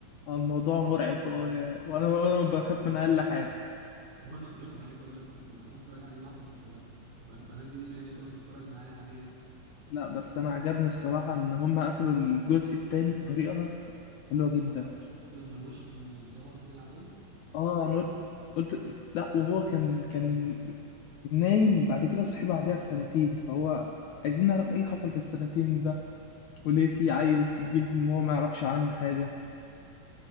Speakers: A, on the left; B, on the right.
A: الموضوع مرعب و- وانا وانا بخاف من اقل حاجه
B: وانا وانا انا عايز اقول لك كنت بخاف اتفرج عليه لوحدي كنت ب... ب... بنادي امي يعني تقعد تتفرج معايا عليه يعني
A: لا بس انا عجبني الصراحه ان هم قفلوا الجزء التاني بطريقه حلوه
B: جامده
A: جدا
B: اه شفت لما الوشم اتظهر كده عليه
A: اه انا قلت قلت لا وهو كان كان نايم بعد كده صحي بعدها بسنتين فهو عايزين نعرف ايه اللي حصل في السنتين ده وليه في عيل جه ما هو ما يعرفش عنه حاجة